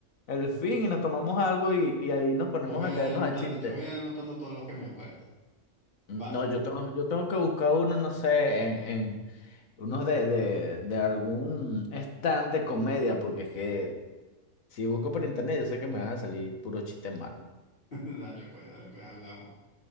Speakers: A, on the left; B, on the left.
A: el fin y nos tomamos algo y, y ahí nos ponemos
B: Yo voy
A: a
B: a
A: caernos
B: ir anotando,
A: a chistes.
B: yo voy a ir anotando todos los que me acuerdo.
A: No,
B: Va.
A: yo tengo, yo tengo que buscar uno, no sé, en, en uno de, de, de algún stand de comedia, porque es que si busco por internet yo sé que me van a salir puro chiste malo.
B: <laughs> Dale, pues, dale, pues, hablamos.